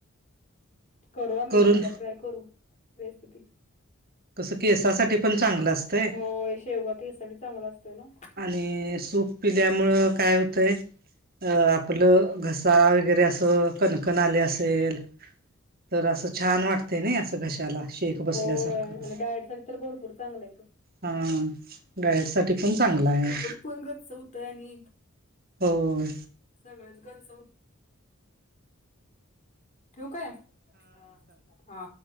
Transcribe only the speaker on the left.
करू आम्ही.
एकदा ट्राय करू रेसिपी.
होय, शेवगा केससाठी चांगला असतोय ना.
होय आणि डायटसाठी तर भरपूर चांगलं आहे ते.
पोट गच्च होतंय आणि
सगळंच गच्च ठेऊ काय? हा हा.